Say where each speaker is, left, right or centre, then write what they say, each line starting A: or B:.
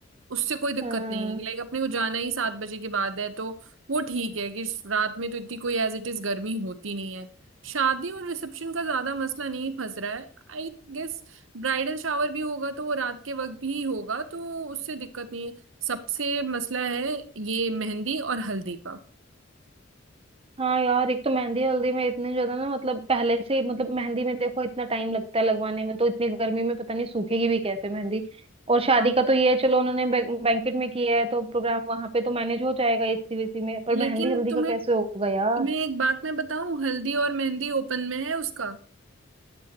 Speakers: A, on the right; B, on the right.
A: उससे कोई दिक्कत
B: हाँ
A: नहीं है लाइक अपने को जाना ही सात बजे के बाद है तो वो ठीक है कि रात में तो इतनी कोई एज इट इज गर्मी होती नहीं है शादी और रिसेप्शन का ज्यादा मसला नहीं फंस रहा है आई गेस ब्राइडल शावर भी होगा तो वो रात के वक्त भी होगा तो उससे दिक्कत नहीं है सबसे मसला है ये मेहंदी और हल्दी का
B: हाँ यार एक तो मेहंदी हल्दी में इतने ज्यादा ना मतलब पहले से ही मतलब मेहंदी में देखो इतना टाइम लगता है लगवाने में तो इतनी गर्मी में पता नहीं सूखेगी भी कैसे मेहंदी और शादी
A: हाँ
B: का तो ये है चलो उन्होंने बैंकेट में किया है तो प्रोग्राम वहां पे तो मैनेज हो जाएगा एसी वीसी में पर
A: लेकिन
B: मेहंदी हल्दी
A: तुम्हें
B: का कैसे होगा यार
A: तुम्हें एक बात मैं बताऊं हल्दी और मेहंदी ओपन में है उसका